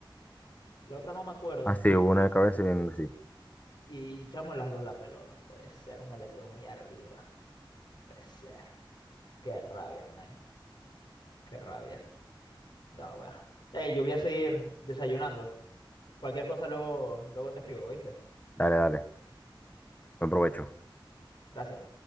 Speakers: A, on the left; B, on the left.
A: la otra no me acuerdo.
B: Así, hubo una de cabeza y en- sí.
A: Y chamo, las dos la peló, no puede ser. Una le quedó muy arriba, no puede ser. Qué rabia, man. Qué rabia. No, bueno. Ey, yo voy a seguir desayunando. Cualquier cosa luego, luego te escribo, ¿viste?
B: Dale, dale. Buen provecho.
A: Gracias.